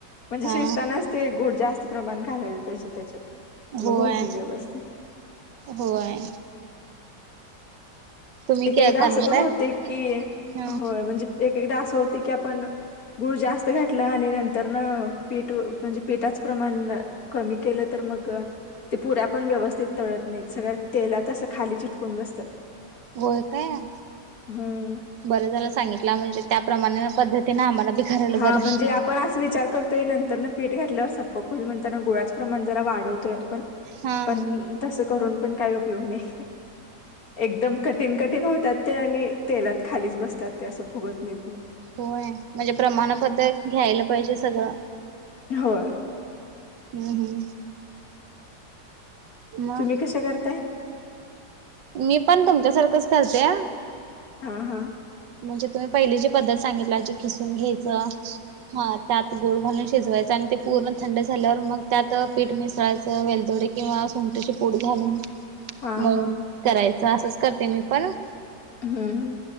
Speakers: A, on the left; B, on the right.
A: म्हणजे
B: हा
A: शिजतानाच ते गुळ जास्त- प्रमाण घालायला पाहिजे त्याच्यात.
B: होय.
A: मग होते व्यवस्थित.
B: होय. तुम्ही
A: एक
B: केअर
A: एकदा
B: करणार
A: असं पण होते
B: आहे
A: की,
B: हा
A: होय म्हणजे एक एकदा असं होते की आपण- गुळ जास्त घातला आणि नंतर ना पीठ म्हणजे पिठाच प्रमाण- कमी केलं तर मग- ते पुऱ्या पण व्यवस्थित तळत नाहीत, सगळ्या तेलात असं खाली चिटकून बसतात.
B: होय काय?
A: हम्म.
B: बरं झालं सांगितलं, म्हणजे त्या प्रमाणे पद्धतीने आम्हाला बी- करायला
A: हा
B: बरं
A: म्हणजे आप- पण अस विचार करतोय नंतर न पीठ घातल्यावर सप्पक होईल म्हणताना गुळाच प्रमाण जरा वाढवतोय आपण.
B: हा
A: पण तस करून पण काही उपयोग नाही, एकदम कट्- ठीण कठीण होतात ते आणि तेलात खालीच बसतात ते असं फुगत नाहीत ना.
B: होय म्हणजे प्रमाणबद्ध घ्यायला पाहिजे सगळं.
A: होय.
B: हम्म हम्म. मग
A: तुम्ही कशे करताय?
B: मी पण तुमच्यासारखंच करतेया.
A: हा हा.
B: म्हणजे तुम्ही पहिली जी पद्धत सांगितला, जी किसून घ्यायचं हा- त्यात गुळ घालून शिजवायच आणि ते पूर्ण थंड झाल्यावर मग त्यात पीठ मिसळायचं वेलदोडे किंवा सुं- ठची पूड घालून
A: हा
B: मंग
A: हा
B: करायचं, असंच करते मी पण.
A: हम्म हम्म.